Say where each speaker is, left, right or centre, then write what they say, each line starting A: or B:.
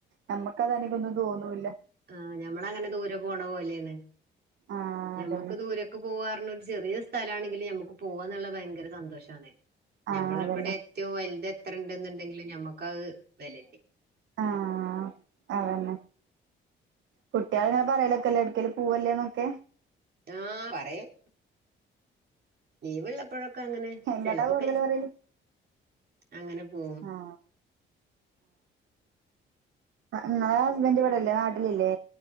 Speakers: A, on the right; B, on the right.
A: ഞമ്മക്ക് അതാണെങ്കി ഒന്നും തോന്നൂല്ല
B: ആഹ് ഞമ്മളങ്ങനെ ദൂരെ പോണ പോലെയാണ്
A: ആഹ്
B: ഞമ്മക്ക്
A: അതന്നെ
B: ദൂരെ ക്ക് പോവാർഞ്ഞെ ഒരു ചെറിയെ സ്ഥലാണെങ്കിലും ഞമ്മക്ക് പോവാന്ന്ള്ള ഭയങ്കര സന്തോഷാണെ
A: ആഹ്
B: ഞമ്മള്
A: അതന്നെ
B: അവടേ റ്റവും വല്ത് എത്ര ഇണ്ട്ന്ന്ണ്ടെങ്കിലും ഞമ്മക്കത് വെലല്ലേ
A: ആഹ് അതെന്നെ കുട്ട്യാള് ഇങ്ങനെ പറേലൊക്കല്ലേ എട്ക്കേലും പോവല്ലേന്നൊക്കെ
B: ആഹ് പറയും ലീവ് ഇള്ളപ്പോഴൊക്കങ്ങനെ
A: എങ്ങട്ടാ
B: ചെലപ്പൊക്കെ
A: കൂടുതല്
B: ഇസ്
A: പറയല്
B: അങ്ങനെ പോവും
A: ആഹ് ആഹ് ഇങ്ങളെ ഹസ്ബൻഡ് ഇവെടല്ലേ നാട്ടിലില്ലേ